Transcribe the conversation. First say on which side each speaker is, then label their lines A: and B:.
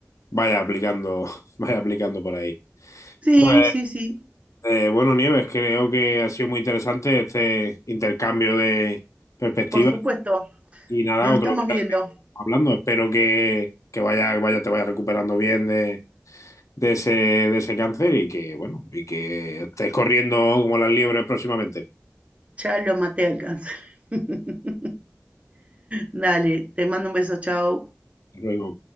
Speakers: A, on the left (about 80°); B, on the right (about 25°).
A: vaya aplicando, <laughs> vaya aplicando por ahí.
B: Sí,
A: Pues
B: sí, sí,
A: eh, bueno, Nieves, creo que ha sido muy interesante este intercambio de perspectivas
B: por supuesto.
A: y nada,
B: Nos
A: otro
B: estamos
A: día
B: viendo.
A: seguimos hablando. Espero que, que vaya, vaya, te vaya recuperando bien de, de ese, de ese cáncer y que bueno, y que estés corriendo como las liebres próximamente.
B: Ya lo maté al cáncer. <laughs> Dale, te mando un beso, chao.
A: Hasta luego.